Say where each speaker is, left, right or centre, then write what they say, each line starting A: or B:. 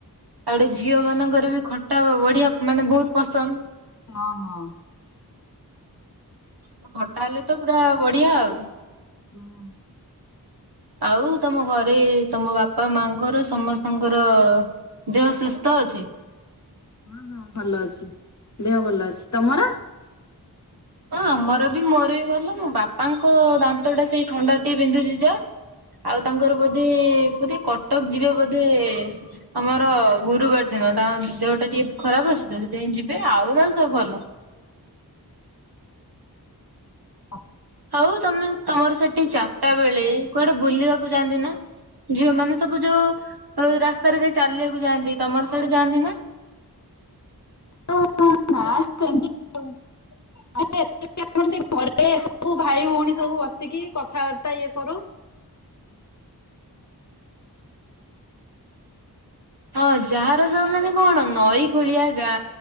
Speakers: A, on the right (about 70°); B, on the left (about 45°).
A: ଆଉ ଓଟେ ଝିଅମାନଙ୍କର ବି ଖଟା ବଢ଼ିଆ ମାନେ ବୋହୁତ ପସନ୍ଦ।
B: ହଁ ହଁ।
A: ତ ଖଟା ହେଲେ ତ ପୁରା ବଢ଼ିଆ ଆଉ।
B: ହୁଁ।
A: ଆଉ ତମ ଘରେ ତମ ବାପା ମାଙ୍କର ସମସ୍ତଙ୍କର ଦେହ ସୁସ୍ଥ ଅଛି?
B: ହଁ ହଁ ଭଲ ଅଛି ଦେହ ଭଲ ଅଛି। ତମର?
A: ହଁ ଆମର ବି ମୋର ବି ଭଲ ମୋ ବାପାଙ୍କ ଦାନ୍ତଟା ସେଇ ଥଣ୍ଡାରୁ ଟିଏ ବିନ୍ଧୁଚି ଯା। ଆଉ ତାଙ୍କର ବୋଧେ ବୋଧେ କଟକ ଯିବେ ବୋଧେ ତମର ଗୁରୁବାର ଦି ନ ତାଙ୍କ ଦେହଟା ଟିକେ ଖରାପ ଅଛି ତ ସେଥିପାଇଁ ଯିବେ ଆଉ ନହଲେ ସବୁ ଭଲ।
B: ଅ
A: ହଉ ତମେ ତମର ସେଠି ଚାରଟା ବେଳେ କୁଆଡେ଼ ବୁଲିବାକୁ ଯାଆନ୍ତି ନାଁ? ଝିଅମାନେ ସବୁ ଯୋଉ ଅ ରାସ୍ ତାରେ ଯ ଚାଲିବାକୁ ଯାଆନ୍ତି ତମର ସ୍ୟାଡ଼େ ଯାଆନ୍ତି ନାଁ?
B: ଆମର ନାଁ ସେମତି ଯେ ଏତେ ବି ଆମର ସେଇ ଘରେ ସବୁ ଭାଇ ଭୋଉଣୀ ସବୁ ବସିକି କଥାବାର୍ତ୍ତା ଇଏ କରୁ।
A: ହଁ ଯାହାର ସବୁ ମାନେ କଣ ନଈ କୂଳିଆ ଗାଁ